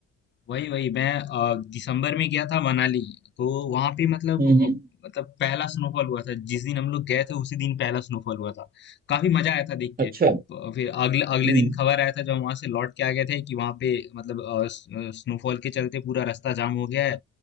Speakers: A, on the left; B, on the right.
A: वही वही मैं अ, दिसंबर में गया था मनाली तो वहां पे मतलब
B: हम्म हम्म,
A: अ, मतलब पहला स्नोफॉल हुआ था जिस दिन हम लोग गए थे उसी दिन पहला स्नोफॉल हुआ था काफी मजा आया था देख के
B: अच्छा
A: प- फिर अगले अगले
B: हम्म
A: दिन खबर आया था जब वहां से लौट के आ गए थे कि वहां पे मतलब अ, स- अ, स्नोफॉल के चलते पूरा रास्ता जाम हो गया है